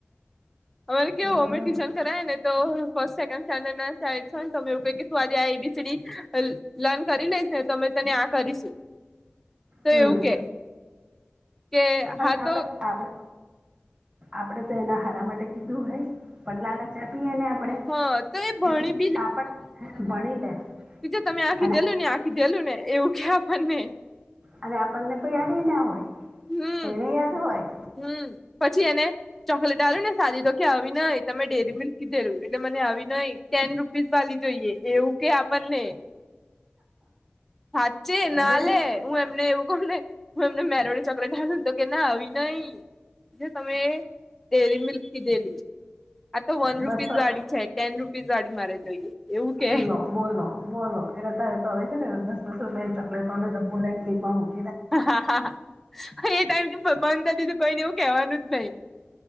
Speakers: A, in the centre; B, on the right.
A: અમારે કેવું
B: એટલે
A: અમે ટુશન કર ને તો ફ સેકન્ડ સ્ટન્ નાોને ત એવું ક તું આજ એબીસીડી લ કરી લઈશ ને તો અમે તને આ કરીશું તો
B: હમ
A: એવું કે કે
B: અને
A: હા
B: આપડ
A: તો
B: આપડ આપડે તો એના હારા માટે કીધું હોય. પણ લાલચ આપીએ ને આપડે
A: હા તો એ ભણી
B: એટ આપ ભણી લે
A: તીજે તમે આખી
B: અને
A: દેલું ને આખી દેલું ને એવું ક આપણને
B: અરે આપણને તો યાદ ના હોય.
A: હમ
B: એને યાદ હોય
A: હમ પછી એને ચોકલેટ આવ્યું ને સાદી તો કે આવી નહી તમે ડેરી મિલ્ક કીધેલું એટલે મને આવી નઈ ઓીસ વાલી જોઈએ એવું કે આપણને સાા છે ના
B: અરે
A: લે હું એમને એવું કમ ને હુ, એમને મેરોડી ચોકલેટ તો કે ના આવીનેઞ નહી જે તમે ડેરી મિલ્ક કી દેલી આ તો વન
B: બસ
A: રૂપીસ
B: તો
A: વાળડી છે ટેન રૂપીસ વાડી મારે જોઈએ. એવું કે
B: લો બોલો બોલો એને અતારે તો છેને દસ દસ રૂપિયાની ચોકલેટો નો ડબ્બો લઈન નીકળુ
A: હા હા એ ટાઈમ તો બંધ કર તું કોઈને એવું કેવાનું જ નહી